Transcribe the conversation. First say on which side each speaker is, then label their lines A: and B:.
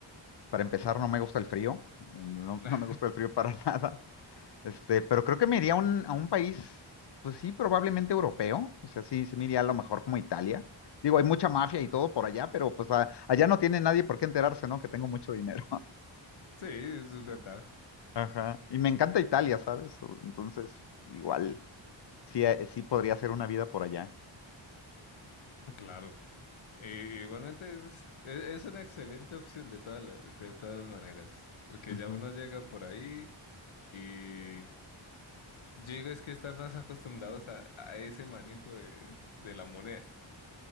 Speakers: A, on the left; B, on the left.
A: Para empezar, no me gusta el frío. No,
B: <laughs>
A: no me gusta el frío para <laughs> nada. Este, pero creo que me iría a un, a un país, pues sí, probablemente europeo. O sea, sí, sí me iría a lo mejor como Italia. Digo, hay mucha mafia y todo por allá, pero pues a- allá no tiene nadie por qué enterarse, ¿no? Que tengo mucho dinero.
B: Sí, eso es verdad.
A: <laughs> Ajá. Y me encanta Italia, ¿sabes? Entonces, igual, sí, eh, sí podría hacer una vida por allá.
B: Claro. Eh, igualmente es, es, es una excelente opción de todas la- de todas maneras. Porque
A: Ujú.
B: ya uno llega por ahí y yo digo es que están más acostumbrados a, a ese manejo de, de la moneda.